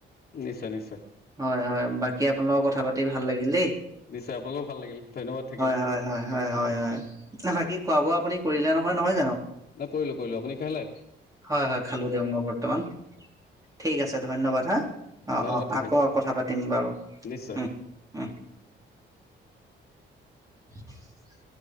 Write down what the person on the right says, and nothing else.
হয় <unintelligible> আপোনাৰ কথা পাতি ভাল লাগিল দেই।
হয়, হয়, হয়, হয়, হয়, হয়, <unintelligible> বাকী খোৱা বোৱা আপুনি কৰিলে নহয়, নহয় জানো?
হয়, হয়, খালো দিয়ক মই বৰ্তমান। ঠিক আছে ধন্যবাদ হা, অ,
অ,
আকৌ কথা পাতিম বাৰু,
উম, উম, <unintelligible>